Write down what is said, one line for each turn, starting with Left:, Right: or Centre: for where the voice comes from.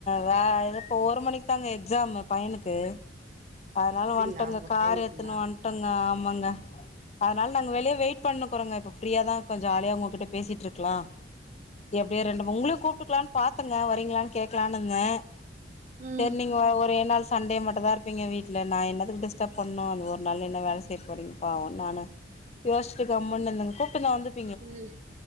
Left: வ இது இப்போ ஒரு மணிக் தாங்க எக்ஸாம் பையனுக்கு அதனால
Right: அப்டிங்களா
Left: வன்ட்டோங்க
Right: உங்க
Left: கார்
Right: பையனுக்குங்களா
Left: எத்துனு வன்ட்டோங்க ஆமாங்க அதனால நாங்க வெளிய வெயிட் பண்ணுக்குறோங்க இப்ப ஃப்ரீயாதா கொஞ் ஜாலியா உங்ககிட்ட பேசிட்டுருக்லா எப்டியு ரெண்டு ம உங்களயு கூப்ட்டுக்கலான் பாத்தெங்க வரீங்களான் கேக்லான் இந்த
Right: ம்
Left: செரி நீங்க ஒ ஒரே நாள் சன்டே மட்டுதா இருப் ப்பிங்க வீட்ல நா என்னத்துக்கு டிஸ்டர்ப் பண்ணு அந்த ஒரு நாள் என்ன வேலை செய்ய போறீங்க பாவொன் நானு யோஸ்ட்டு கம்முன் இந்தங்க கூப்ட்டுந்தா வந்திப்
Right: இல்